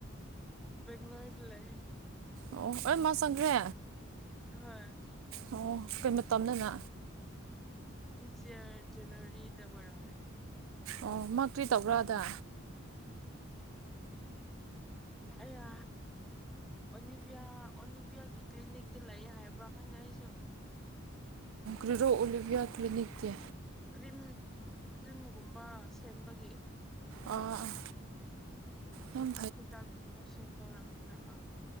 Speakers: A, in the centre; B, on the right (about 75°).
A: ꯦꯡꯂꯨꯔꯤ ꯂꯩꯦ
B: ꯑꯣ ꯑꯩ ꯃꯥ ꯆꯪꯈ꯭ꯔꯦ
A: ꯍꯣꯏ
B: ꯑꯣ ꯑꯩꯣꯏ ꯃꯇꯝꯅꯅ
A: ꯗꯤꯁ ꯌꯌꯥꯔ ꯖꯅꯋꯥꯔꯤꯗ ꯑꯣꯏꯔꯣꯝꯅꯦ
B: ꯑꯣ ꯃꯛꯇꯨꯤ ꯇꯧꯕ꯭ꯔꯥ ꯑꯗ
A: ꯑꯌꯥ ꯑꯣꯂꯤꯚꯤꯌꯥ ꯑꯣꯂꯤꯚꯤꯌꯥꯒꯤ ꯀ꯭ꯂꯤꯅꯤꯛꯇ ꯂꯩ ꯍꯥꯏꯕ꯭ꯔꯥ ꯈꯪꯗꯦ ꯑꯩꯁꯨ
B: ꯔꯤꯗꯣ ꯑꯣꯂꯤꯕꯤꯌꯥ ꯀ꯭ꯂꯤꯅꯤꯛꯗꯤ
A: ꯀ꯭ꯔꯤꯝ ꯀ꯭ꯔꯤꯝꯒꯨꯝꯕ ꯁꯦꯝꯕꯒꯤ
B: ꯑꯥ ꯑꯥ ꯌꯥꯝ
A: ꯍꯥꯛꯕ ꯁꯤꯝꯕ ꯍꯥꯏ